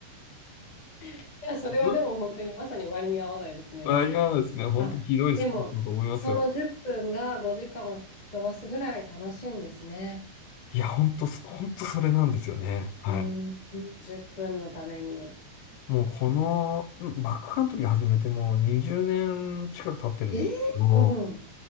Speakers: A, on the left (about 55°); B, on the left (about 80°).
A: いや、
B: <laughs>
A: それはでも本当にまさに割に合わないですね。
B: 割合ですね、本当ひどいスポーツだと思いますよ。
A: あ、でも、その10分が5時間を吹き飛ばすぐらい楽しいんですね。
B: いや、本当、本当それなんですよね。はい。
A: うん、10分のために。
B: もうこの、うんバックカントリー始めてもう20年近く経ってるんだけど、
A: えーうん。